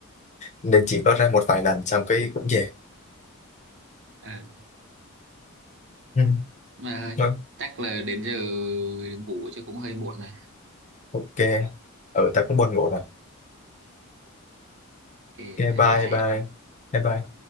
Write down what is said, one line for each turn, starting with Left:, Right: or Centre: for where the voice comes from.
Left: nên chỉ có ra một vài lần xong cái cũng về
Right: Ờ,
Left: Ừ.
Right: mà thôi,
Left: Vâng,
Right: chắc là đến giờ ngủ chứ cũng hơi muộn rồi.
Left: ok. Ừ, ta cũng buồn ngủ rồi.
Right: Ok,
Left: Ok,
Right: bye
Left: bye
Right: bye.
Left: bye. Bye bye.